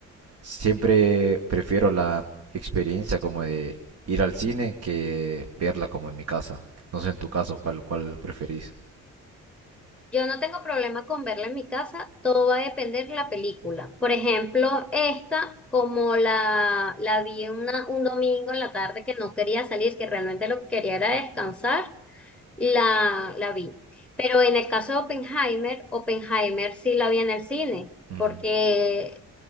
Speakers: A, on the right; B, in the centre.
A: siempre prefiero la experiencia como de ir al cine que verla como en mi casa. No sé en tu caso cuál, cuál preferís.
B: Yo no tengo problema con verla en mi casa, todo va a depender de la película. Por ejemplo, esta, como la, la vi una- un domingo en la tarde que no quería salir, que realmente lo que quería era descansar, la, la vi. Pero en el caso de Oppenheimer, Oppenheimer sí la vi en el cine,
A: Ujú.
B: porque